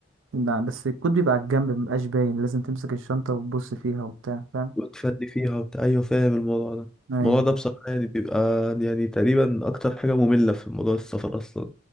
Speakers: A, on the right; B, in the centre.
A: لا بس الكود بيبقى على الجنب مبقاش باين لازم تمسك الشنطه وتبص فيها وبتاع فاهم
B: وتفني فيها وبتاع أيوه فاهم الموضوع ده
A: ايوه
B: الموضوع ده بصراحة يعني بيبقى يعني تقريبا أكتر حاجة مملة في موضوع السفر أصلا